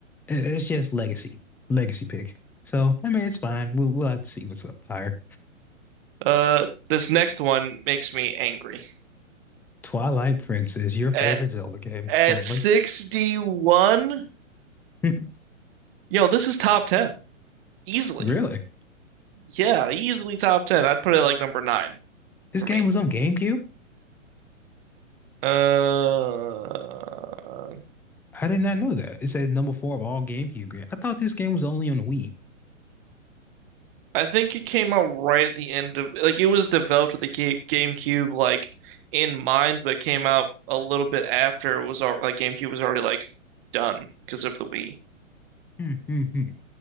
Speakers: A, in the centre; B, on the right (about 45°).
A: i- it's just legacy, legacy pick. So I mean, it's fine. We'll we'll have to see what's up higher.
B: Uh, this next one makes me angry.
A: Twilight Princess, your favorite
B: At
A: Zelda game,
B: at
A: probably.
B: 61?
A: <laughs>
B: Yo, this is top 10. Easily.
A: Really?
B: Yeah, easily top 10. I'd put it like number 9
A: This
B: for
A: game
B: me.
A: was on GameCube?
B: Uh,
A: I did not know that. It says number four of all GameCube games. I thought this game was only on the Wii.
B: I think it came out right at the end of like it was developed with the Game GameCube like in mind, but came out a little bit after it was al like GameCube was already like done because of the Wii.
A: Hmm, hmm, hmm.